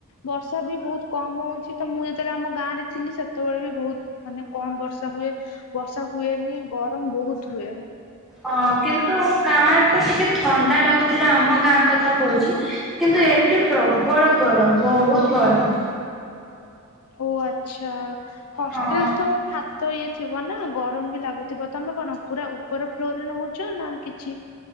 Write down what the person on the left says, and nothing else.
ବର୍ଷା ବି ବହୁତ କମ ହଉଚି। ତ ମୁଁ ଯେତେବେଳେ ଆମ ଗାଁ ରେ ଥିଲି ସେତେବେଳେ ବି ବହୁତ ମାନେ କମ ବର୍ଷା ହୁଏ। ବର୍ଷା ହୁଏନି ଗରମ ବହୁତ ହୁଏ।
ଓ ଆଛା। ହଷ୍ଟେଲ
ତ ଛାତ ଇଏ ଥିବ ନା ଗରମ ବି ଲାଗୁ ଥିବ ତମେ କଣ ପୁରା ଉପର ଫ୍ଲୋର ରେ ରହୁଛ ନା କିଛି